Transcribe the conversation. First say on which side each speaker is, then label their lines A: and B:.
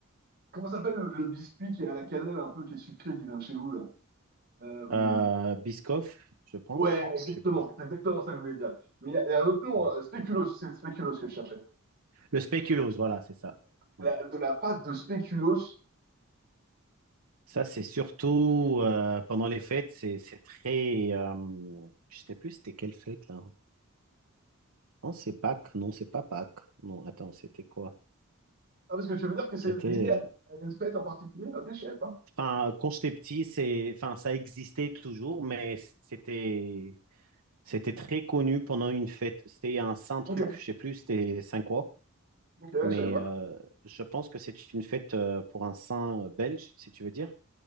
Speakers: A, on the right; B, on the right.
A: comment ça s'appelle le, le biscuit qui est à la cannelle un peu, qui est sucré, qui vient de chez vous là? Euh,
B: Euh, Biscoff, je pense,
A: ouais, exactement,
B: je sais plus.
A: c'est exactement ça que je voulais dire. Mais il y, a il y a un autre nom,
B: Ouais.
A: hein, spéculoos, c'est le spéculoos que je cherchais.
B: Le spéculoos, voilà, c'est ça. Ouais.
A: la- de la pâte de spéculoos.
B: Ça, c'est surtout euh, pendant les fêtes, c'est c'est très. euh, je sais plus c'était quelle fête là. Non, c'est Pâques. Non, c'est pas Pâques. Non, attends, c'était quoi?
A: Ah, parce que tu veux dire que c'est
B: C'était.
A: lié à
B: euh,
A: à une fête en particulier? Ok, je savais pas.
B: Enfin, quand j'étais petit, c'est. Enfin, ça existait toujours, mais c'était. C'était très connu pendant une fête. C'était un saint truc,
A: Ok,
B: je sais plus, c'était saint quoi.
A: ok,
B: Mais
A: je savais pas.
B: euh, je pense que c'est une fête euh, pour un saint euh, belge, si tu veux dire.